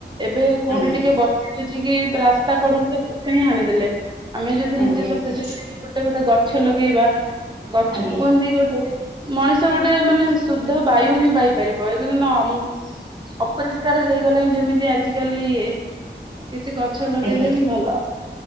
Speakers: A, on the right (about 25°); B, on the right (about 70°).
A: ଏବେ କୋଉଠି
B: ଆଜ୍ଞା
A: ଟିକେ ବସିହଉଛି କି ରାସ୍ତା କଡ଼ ରୁ <unintelligible> ହିଁ ହାଣିଦେଲେ। ଆମେ ଯଦି
B: ଆଜ୍ଞା
A: ନିଜେ
B: ଆଜ୍ଞା
A: <unintelligible> ହେଇକି ଗୋଟେ ଗୋଟେ ଗଛ ଲଗେଇବା ଗଛ
B: ଆଜ୍ଞା
A: କୁହନ୍ତି ଗୋଟେ ମଣିଷ ଗୋଟେ ମାନେ ଶୁଦ୍ଧ ବାୟୁ ହିଁ ପାଇପାରିବ ଏବେ <unintelligible> ମୁଁ ଅପରିଷ୍କାର ହେଇଗଲାଣି ଯେମିତି ଆଜ କାଲି ଇଏ କିଛି ଗଛ ଲଗେଇଲେ
B: ଆଜ୍ଞା।
A: ହିଁ ଭଲ